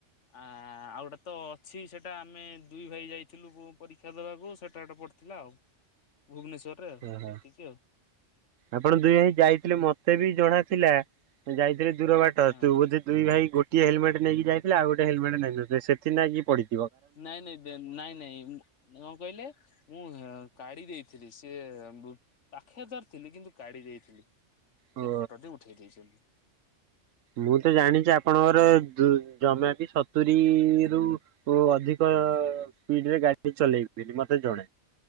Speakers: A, on the left; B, on the right.
A: ଆ ଆଉ ଗୋଟେ ତ ଅଛି ସେଇଟା ଆମେ ଦୁଇ ଭାଇ ଯାଇଥିଲୁ ପୋ ପରୀକ୍ଷା ଦେବାକୁ ସେଟା ଗୋଟେ ପଡି ଥିଲା ଆଉ ଭୁବନେଶ୍ଵରରେ ଆଉ
B: ହଁ।
A: ଏତିକି ଆଉ।
B: ଆପଣ ଦୁଇ ଭାଇ ଯାଇଥିଲେ ମତେ ବି ଜଣା ଥିଲା ଯାଇଥିଲେ ଦୂର ବାଟ।
A: ହଁ
B: ତୁ ବୋଧେ ଦୁଇ ଭାଇ ଗୋଟି ହେଲମେଟ୍ ନେଇକି ଯାଇଥିଲେ ଆଉ ଗୋଟ ହେଲମେଟ୍ ନେଇ ନଥିଲେ ସେଥିନାଗି ପଡି
A: ନାଇଁ ନାଇଁ ବେ ନାଇଁ ନାଇଁ ଉଁ କଣ କହିଲେ ମୁଁ କାଢି ଦେଇ ଥିଲି। ସିଏ ବୁ ପାଖେରେ ଧରିଥିଲି କିନ୍ତୁ କାଢି ଦେଇଥିଲି।
B: ଓ
A: ସେ ଫଟଟି ଉଠେଇ ଦେଇଚନ୍ତି।
B: ମୁଁ ତ ଜାଣିଚି ଆପଣଙ୍କର ଦୂ ଜମା ବି ସତୁୁରୀରୁୁ ଅଧିକ ସ୍ପିଡରେ ଗାଡି ଚଲେଇବେନି ମତେ ଜଣା।